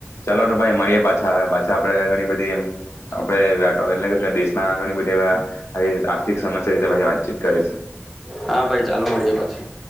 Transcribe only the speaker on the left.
ચાલો ભાઈ મળીએ પાછા પાછા આપણે ઘણી બધી આપણે એટલે દેશનાણી બધી, આર્થિક સમસ્યા વિશેી વાતચીત કરીશું.